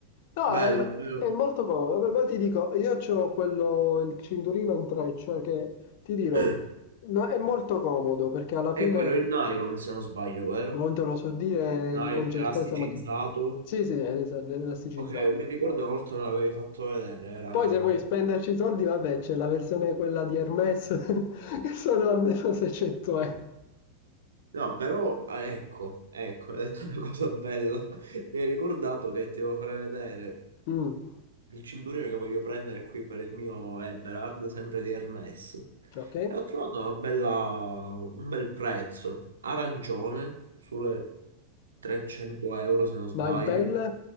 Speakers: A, on the left (about 50°); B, on the right (about 70°).
A: No,
B: Bello,
A: è,
B: bello.
A: è molto comodo. Poi ti dico, io c'ho quello, il cinturino in treccia che ti dirò,
B: <clears throat>
A: no, è molto comodo perché alla
B: È
A: fine
B: quello in nylon, se non sbaglio, vero?
A: non te lo so dire
B: No,
A: eh, con
B: è elasticizzato.
A: certezza, ma che... Sì, sì, è es- elasticizzato.
B: Ok, mi ricordo una volta me l'avevi fatto vedere, era...
A: Poi se vuoi spenderci i soldi, vabbè, c'è la versione quella di Hermes <laughs> che sono almeno 600 euro.
B: No, però, ah, ecco, ecco, <laughs> hai detto una cosa bella. <laughs> Mi hai ricordato che ti devo fare vedere
A: Mm,
B: il cinturino che voglio prendere qui per il mio Eberhard, sempre di Hermes.
A: ok.
B: E ho trovato una bella- un bel prezzo, arancione, sulle 300 euro se non sbaglio,
A: Ma in pelle?